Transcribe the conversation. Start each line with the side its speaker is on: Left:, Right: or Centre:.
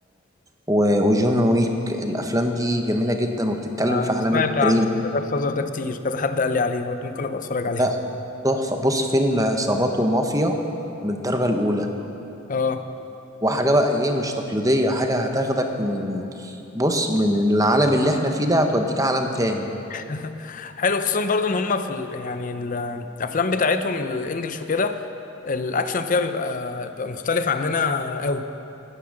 Right: و- وجون ويك الافلام دي جميله جدا وبتتكلم
Left: انا
Right: في عالم
Left: سمعت
Right: الجريمه
Left: عن جاد فازر ده كتير كذا حد قال لي عليه برضه ممكن ابقى اتفرج عليه
Right: لا تحفه بص فيلم عصابات ومافيا من الدرجه الاولى
Left: اه
Right: وحاجه بقى ايه مش تقليديه حاجه هتاخدك من بص من العالم اللي احنا فيه ده هتوديك عالم تاني
Left: <laughs> حلو خصوصا برضه ان هم في ال... يعني ال- الافلام بتاعتهم الانجليش وكده الاكشن فيها بيبقى بيبقى مختلف عننا قوي